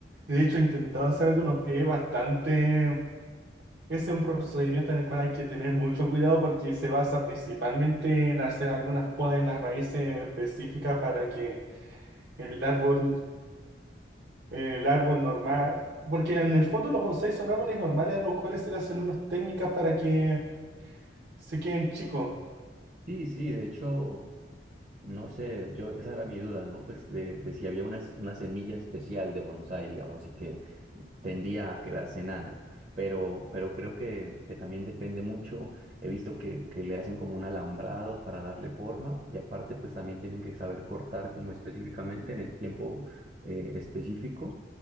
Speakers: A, on the right; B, on the right.
A: de hecho he intentado hacer algunos. Es bastante, ese es un procedimiento en el cual hay que tener mucho cuidado porque se basa principalmente en hacer algunas podas en las raíces específicas para que el árbol, el árbol normal, porque en el fondo los bonsai son árboles normales a los cuales se le hacen unas técnicas para que se queden chicos.
B: Sí, sí, de hecho. No sé, yo esa era mi duda, ¿no? Pues de, de si había una, s- una semilla especial de bonsái, digamos, y que tendía a quedarse enana. Pero, pero creo que, que también depende mucho. He visto que, que le hacen como un alambrado para darle forma y aparte pues también tienen que saber cortar como específicamente en el tiempo eh, específico